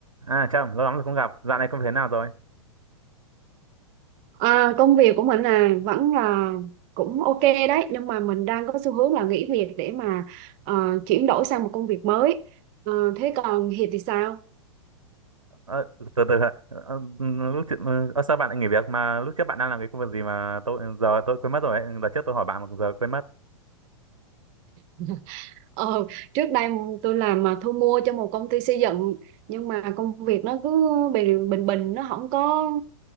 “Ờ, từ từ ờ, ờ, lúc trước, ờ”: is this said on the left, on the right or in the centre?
Right